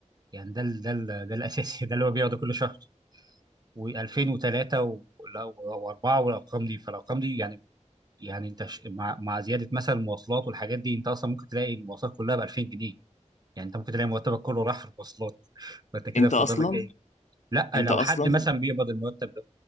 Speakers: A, on the right (about 35°); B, on the left (about 70°).
A: يعني ده ال- ده ال- ده الاساسي <laughs> ده اللي هو بياخده كل شهر و2003 و4 والارقام دي فالارقام دي يعني يعني انت ش- مع مع زياده مثلا المواصلات والحاجات دي انت اصلا ممكن تلاقي المواصلات كلها ب 2000 جنيه يعني انت ممكن تلاقي مرتبك كله راح في المواصلات <laughs> فانت كده
B: انت
A: فاضل
B: اصلا
A: لك ايه؟ لا لو
B: انت اصلا
A: حد مثلا بيقبض المرتب ده